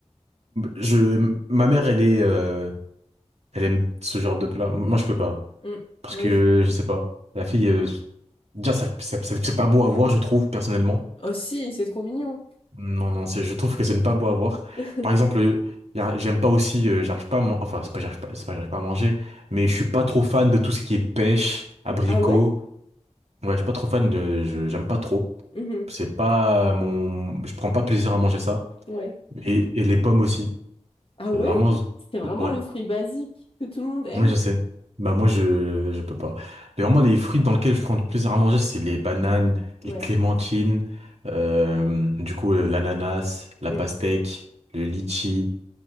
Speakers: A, on the right; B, on the left.
A: Je, ma mère, elle est, euh, elle aime ce genre de plat. Moi, je peux pas.
B: Mm.
A: Parce
B: Ouais,
A: que,
B: je comprends.
A: je sais pas. La figue, euh, déjà, ça, ça- ça- c'est pas beau à voir, je trouve, personnellement.
B: Oh si, c'est trop mignon.
A: Non, non, c'est- je trouve que c'est ne pas beau à voir.
B: <laughs>
A: Par exemple, euh, y a- j'aime pas aussi, euh, j'arrive pas à man- enfin, c'est pas, j'arrive pas, c'est pas, j'arrive pas à manger, mais je suis pas trop fan de tout ce qui est pêche, abricot.
B: Ah ouais?
A: Ouais, je suis pas trop fan de, je, j'aime pas trop.
B: Mhm.
A: C'est pas mon, je prends pas plaisir à manger ça.
B: Ouais.
A: Et, et les pommes aussi.
B: Ah ouais?
A: Euh, vraiment, z-
B: C'est vraiment
A: ouais.
B: le fruit basique que tout le monde aime.
A: Ouais, je sais. Bah, moi, je, je peux pas. Mais vraiment, les fruits dans lesquels je prends du plaisir à manger, c'est les bananes,
B: Ouais.
A: les clémentines, euh, du coup, euh, l'ananas, la
B: Mm.
A: pastèque, le litchi,